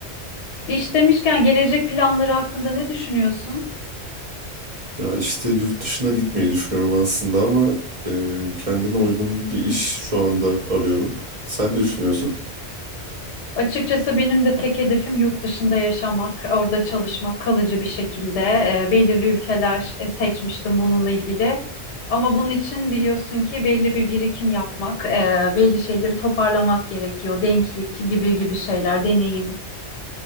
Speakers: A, on the left (about 80°); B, on the right (about 40°).
A: İş demişken gelecek planları hakkında ne düşünüyorsun?
B: Ya işte yurt dışına gitmeyi düşünüyorum aslında ama e, kendime uygun bir iş şu anda arıyorum. Sen ne düşünüyorsun?
A: Açıkçası benim de tek hedefim yurt dışında yaşamak, orada çalışmak, kalıcı bir şekilde. Eee, belirli ülkeler e, seçmiştim bununla ilgili. Ama bunun için biliyorsun ki belli bir birikim yapmak, eee, belli şeyleri toparlamak gerekiyor. Denklik gibi gibi şeyler, deneyim.